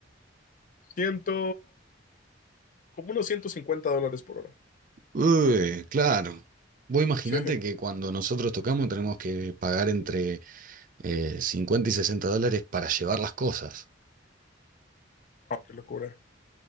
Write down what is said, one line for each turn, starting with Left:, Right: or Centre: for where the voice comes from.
Left: ciento, como unos 150 dólares por hora.
Right: uy, claro. Vos imaginate
Left: Sí,
Right: que cuando nosotros tocamos tenemos que pagar entre eh, 50 y 60 dólares para llevar las cosas,
Left: ah, qué locura.